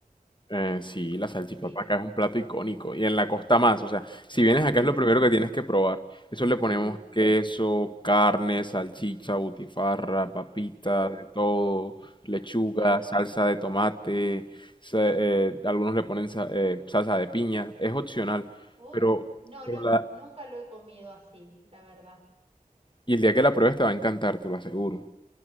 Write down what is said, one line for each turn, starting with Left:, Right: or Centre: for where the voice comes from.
Left: Eh, sí, la salchipapa
Right: sí.
Left: acá es un plato icónico y en la costa más. O sea, si vienes acá
Right: <laughs>
Left: es lo primero que tienes que probar. Eso le ponemos
Right: Sí.
Left: queso, carne, salchicha, butifarra, papita,
Right: Uf,
Left: de todo, lechuga,
Right: de todo.
Left: salsa de tomate. sa- eh, algunos le ponen sa- eh, salsa de piña. Es opcional,
Right: Uf,
Left: pero,
Right: no,
Left: pero
Right: no,
Left: la-
Right: nunca lo he comido así, la verdad.
Left: y el día que la pruebes te va a encantar, te lo aseguro.